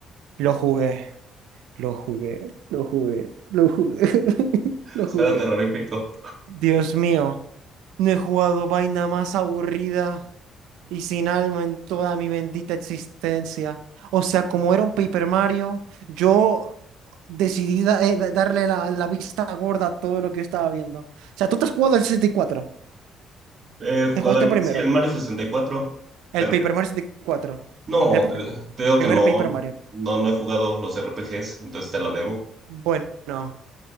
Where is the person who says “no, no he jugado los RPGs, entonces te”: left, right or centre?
Right